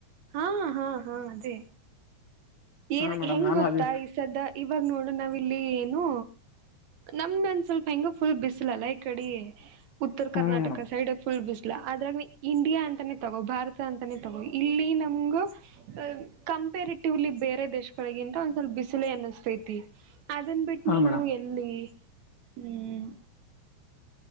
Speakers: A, on the right; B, on the left.
A: ಹಾ ಹಾ ಹಾ ಅದೇ. ಏನ್
B: ಹಾ ಮೇಡಮ್
A: ಹೆಂಗ್
B: ನಾನು
A: ಗೊತ್ತಾ
B: ಅದೇ
A: ಈ ಸದ್ದ ಇವಾಗ ನೋಡು ನಾವ್ ಇಲ್ಲಿ ಏನು ನಮ್ದೊಂದ್ ಸ್ವಲ್ಪ ಹೆಂಗ ಫುಲ್ ಬಿಸಿಲಲ್ಲ ಈಕಡಿ. ಉತ್ತರ ಕರ್ನಾಟಕ
B: ಹ್ಮ್
A: ಸೈಡ್ ಫುಲ್ ಬಿಸಿಲು. ಅದರಾಗ ಇಂಡಿಯಾ ಅಂತಾನೆ ತಗೋ ಭಾರತ ಅಂತಾನೆ ತೊಗೊ ಇಲ್ಲಿ ನಮಗ ಕಂ ಪೆರೇಟಿವೆಲಿ ಬೇರೆ ದೇಶಗಳಿಗಿಂತ ಒಂದ್ ಸ್ವಲ್ಪ ಬಿಸಿಲಿ ಅನ್ನಸ್ತೈತಿ ಅದನ್ ಬಿಟ್ಟು
B: ಹಾ
A: ನೀನು
B: ಮೇಡಮ್
A: ಎಲ್ಲಿ. ಹ್ಮ್.